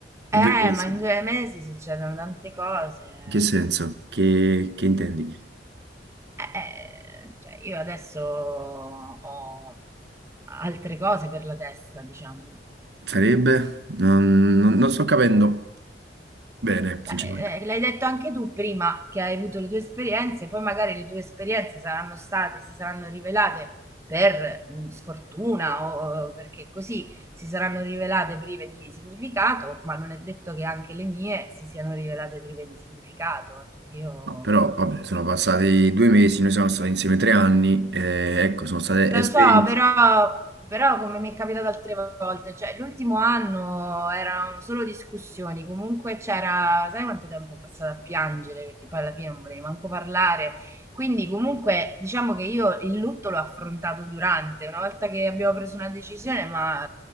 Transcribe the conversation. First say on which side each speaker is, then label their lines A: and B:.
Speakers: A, on the right; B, on the right.
A: e
B: Eh,
A: due mesi.
B: ma in
A: In
B: due mesi succedono tante cose.
A: che senso? Che, che intendi?
B: Eh, eh, cioè, io adesso ho altre cose per la testa, diciamo.
A: Sarebbe? Non, non- non sto capendo bene,
B: Beh,
A: sinceramente.
B: eh, l'hai detto anche tu prima che hai avuto le tue esperienze, poi magari le tue esperienze saranno state, si saranno rivelate per mh, sfortuna o o perché così si saranno rivelate prive di significato, ma non è detto che anche le mie si siano rivelate prive di significato. Cioè, io
A: No, però vabbè, sono passati due mesi, noi siamo stati insieme tre anni, eh, ecco, sono state
B: Lo
A: esperienze.
B: so, però, però come mi è capitato altre volte, cioè l'ultimo anno erano solo discussioni, comunque c'era, sai quanto tempo ho passato a piangere, perché poi alla fine non volevi manco parlare, quindi comunque diciamo che io il lutto l'ho affrontato durante, una volta che abbiamo preso una decisione, ma